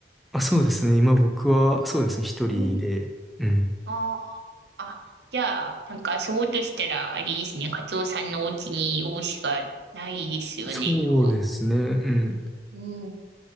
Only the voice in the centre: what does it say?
あ、そうですね。今僕は、そうですね。一人で。
うん。
そうですね。
うん。